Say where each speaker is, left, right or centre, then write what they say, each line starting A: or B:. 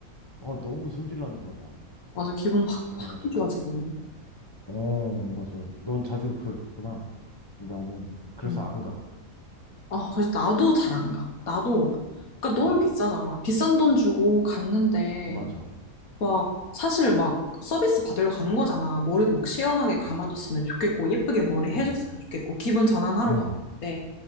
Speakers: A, on the left (about 25°); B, on the left (about 75°).
A: 아 너무 성질 나는 거야 막
B: 맞아, 기분 확,
A: 그래가지고
B: 확 좋아지지.
A: 그때 어 맞아 넌 자주 그러겠구나 나는 그래서
B: 응.
A: 안 가.
B: 아, 그래서 나도 잘 안 가. 나도, 그러니까
A: 응
B: 너무 비싸잖아. 비싼 돈 주고 갔는데,
A: 맞아.
B: 막, 사실 막 서비스 받으러 가는 거잖아. 머리도 막 시원하게 감아줬으면
A: 응
B: 좋겠고, 예쁘게 머리 해줬으면
A: 응.
B: 좋겠고, 기분 전환하러
A: 응.
B: 갔는데,